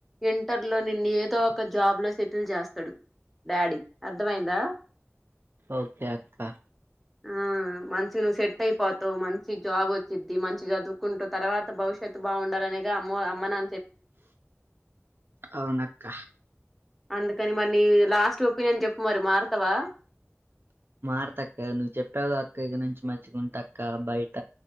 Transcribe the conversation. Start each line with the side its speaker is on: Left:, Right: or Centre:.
Centre: ఇం టర్లో నిన్ను ఏదో ఒక జాబ్లో సెటిల్ చేస్తాడు, డాడీ అర్థవైందా.
Right: ఓకే అక్క
Centre: ఆ మంచి నువ్వు సెట్టైయ్ పోతావు మంచి జాబ్ వచ్చిద్ది, మంచి చదువుకుంటు తర్వా త భవిష్యత్ బావుండాలనేగా అమ్మవ అమ్మనా
Right: అవునక్క
Centre: అందుకని మరి నీ లాస్ట్ ఒపీనియన్ చెప్పు మరి మారతవా.
Right: మారతక్క నువ్వు చెప్పావు అక్క ఇగనుంచి మంచిగ ఉంటక్క బైట,